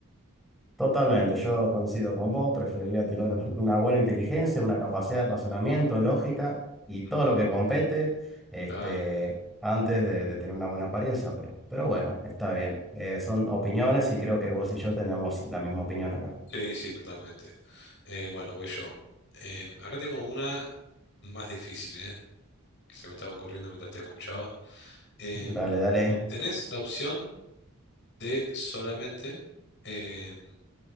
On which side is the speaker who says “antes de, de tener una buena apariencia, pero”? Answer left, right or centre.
Centre